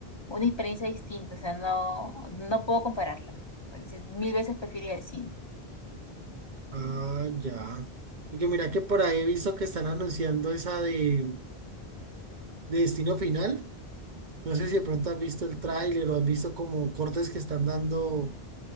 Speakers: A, on the left (about 30°); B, on the right (about 50°).
A: una experiencia distinta, o sea, no, no puedo compararla. Es decir, Mil veces prefiero ir al cine.
B: Ah, ya. Y que mira que por ahí he visto que están anunciando esa de, de Destino Final. No sé si de pronto has visto el tráiler o has visto como cortes que están dando